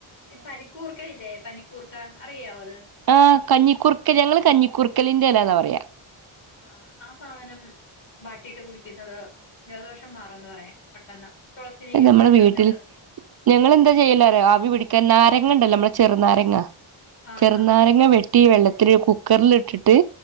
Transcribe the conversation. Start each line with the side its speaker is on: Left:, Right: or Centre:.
Left: ഈ പനിക്കൂർക്ക ഇല്ലേ പനിക്കൂർക്ക അറിയാവോ അത്
Right: ആഹ് കഞ്ഞിക്കൂർക്ക ഞങ്ങള് കഞ്ഞിക്കൂർക്കലിന്റെ എലാന്നാപറയാ
Left: ആഹ് ആ സാധനം വാട്ടിയിട്ട് കുടിക്കുന്നത് ജലദോഷം മാറുംന്ന് പറയാം പെട്ടെന്ന് തുളസിനീരും
Right: അത് ഞമ്മളെ
Left: കൂടെ ചേർത്തിട്ട്
Right: വീട്ടില് ഞങ്ങളെന്താ ചെയ്യല് അറിയോ ആവിപിടിക്കൻ നാര
Left: ആഹ്
Right: ങ്ങ ഇണ്ടല്ലോ ഇമ്മളെ ചെറ്നാരങ്ങ
Left: ആഹാ
Right: ചെറ്നാരങ്ങ വെ ട്ടി വെള്ളത്തില് കുക്കർല് ഇട്ടിട്ട്